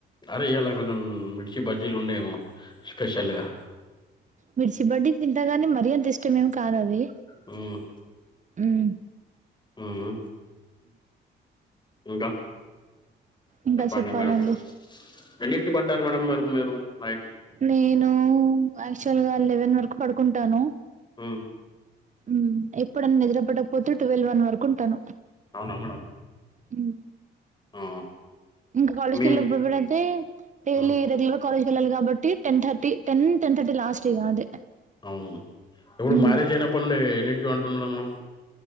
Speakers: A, on the left; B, on the right.
A: అరే ఇయలా కొంచెం మిర్చి బజ్జీలు ఉండేమో స్పెషల్గా
B: మిర్చి బడ్డి తింటగానీ మరి అంత ఇష్టమేమి కాదు అవి
A: హ్మ్
B: మ్మ్
A: మ్మ్ ఇంకా
B: ఇంకా
A: చెప్పండి
B: చెప్పాలండి
A: మేడం ఎన్నింటికి బంట తారు మేడం మీరు నైట్
B: నేను యాక్చువల్ గా లెవెన్ వరకు పడుకుంటాను
A: ఆ
B: మ్మ్ ఎప్పుడన్న నిద్ర పట్టకపోతే ట్వెల్వ్ వన్ వరకు ఉంటాను
A: అవునా మేడం
B: మ్మ్
A: ఆ
B: ఇంకా కాలేజ్
A: మీ
B: కి వెళ్ళేటప్పుడు కూడా అయితే డైలీ
A: ఉమ్,
B: రెగ్యులర్ కాలేజ్ వెళ్లాలి కాబట్టి ten thirty ten ten thirty last ఇగ అదే
A: మ్మ్ ఎప్పుడు
B: మ్
A: మ్యారేజ్ అయినప్పటి నుండి ఎన్నిటికిీ పంటున్న మనం